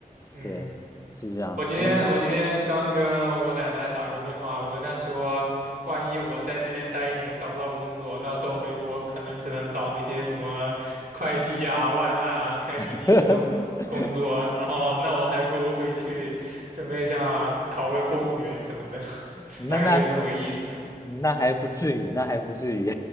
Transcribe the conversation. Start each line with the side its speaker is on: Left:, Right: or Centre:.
Right: 嗯。
Left: 对，是这样，
Right: 我今天我今天刚跟我奶奶打过电话，
Left: 但是
Right: 我跟她说，万一我在这边待一年找不到工作，到时候回国可能只能找那些什么快递啊、外卖啊、开滴滴这种工作，
Left: <laughs>
Right: 然后那我还不如回去准备一下考个公务员什么的，<laughs>
Left: 那那那
Right: 大概就这么个意思。
Left: 那还不至于，那还不至于，